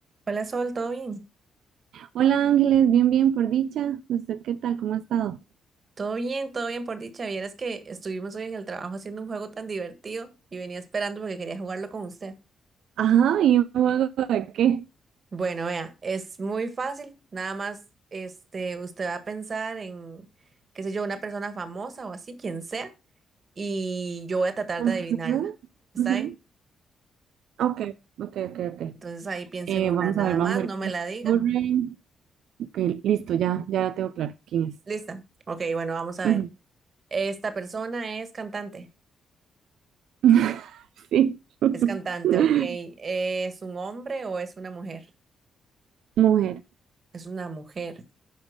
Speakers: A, on the right (about 40°); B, on the right (about 80°).
A: Hola Sol, ¿todo bien?
B: Hola Ángeles, bien, bien, por dicha. ¿Usted qué tal? ¿Cómo ha estado?
A: Todo bien, todo bien por dicha. Vieras que estuvimos hoy en el trabajo haciendo un juego tan divertido y venía esperando porque quería jugarlo con usted.
B: Ajá, ¿y un juego de qué?
A: Bueno, vea, es muy fácil. Nada más, este, usted va a pensar en, qué sé yo, una persona famosa o así, quien sea, y yo voy a tratar
B: Ujú,
A: de adivinarla. ¿Está
B: ujú.
A: bien?
B: Ok, ok, ok, ok.
A: Entonces ahí piensa
B: Eh,
A: en una
B: vamos
A: nada
B: a ver, vamos
A: más,
B: a ver
A: no
B: qué
A: me
B: se me
A: la diga.
B: ocurre. Ok, listo, ya, ya lo tengo claro quién es.
A: Lista. Ok, bueno, vamos a
B: Ujú.
A: ver. Esta persona es cantante.
B: <laughs> Sí. <laughs>
A: Es cantante, ok. ¿Es un hombre o es una mujer?
B: Mujer.
A: Es una mujer.